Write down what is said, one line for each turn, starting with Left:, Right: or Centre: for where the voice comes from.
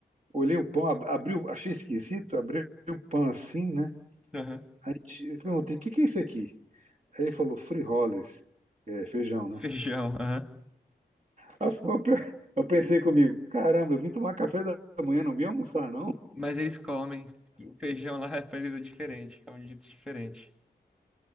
Right: olhei o pão, ab- abri, o- achei esquisito, abri o pão assim, né?
Centre: Aham.
Right: Aí t- eu perguntei, o que que é isso aqui? Aí ele falou, frijoles, é, feijão, né?
Centre: <laughs> Feijão, aham.
Right: Aí Eu, eu pe- eu pensei comigo, caramba, eu vim tomar café da manhã, não vim almoçar, não.
Centre: Mas eles comem. O feijão lá <laughs> pra eles é diferente, é um jeito diferente.